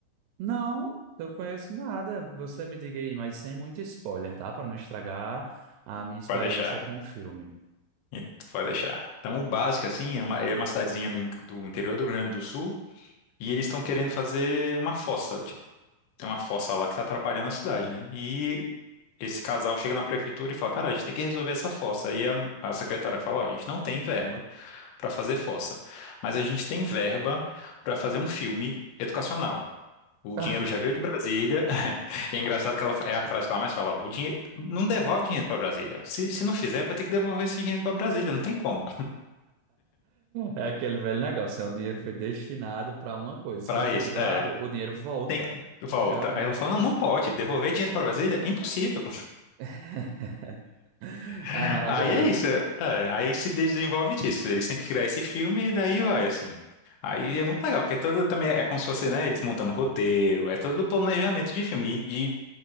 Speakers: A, on the right; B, on the left.
A: Não, eu conheço nada. Você me diga aí, mas sem muito spoiler, tá? Para não estragar a minha experiência
B: Pra deixar.
A: com o filme.
B: E tu Pode deixar. Então, o básico, assim, é uma, é uma cidadezinha do, in- do interior do Rio Grande do Sul e eles estão querendo fazer uma fossa. Tipo, tem uma fossa lá que está atrapalhando a cidade, né? E esse casal chega na prefeitura e fala: Cara, a gente tem que resolver essa fossa. Aí a, a secretária fala: Ó, a gente não tem verba para fazer fossa, mas a gente tem verba para fazer um filme educacional. O
A: <laughs>
B: dinheiro já veio de Brasília. <laughs> E é engraçado que ela, é a frase que ela mais fala: ó, o dinheiro, não devolve dinheiro para Brasília. Se, se não fizer, vai ter que devolver esse dinheiro para Brasília. Não tem como.
A: É aquele velho negócio, né? O dinheiro foi destinado para uma coisa.
B: Pra
A: Se não for
B: isso,
A: usado,
B: é.
A: o dinheiro volta.
B: Tem que... Volta.
A: Realmente.
B: Aí ela fala, não,
A: Isso-
B: não pode. Devolver dinheiro pra Brasília? Impossível.
A: <laughs>
B: <laughs>
A: Ai, maravilhoso.
B: Aí é isso. é, é, aí se desenvolve disso. Eles têm que criar esse filme e daí vai, assim. Aí é muito legal, porque é todo também é como se fosse, né, eles montando roteiro, é todo o planejamento de filme. E, e-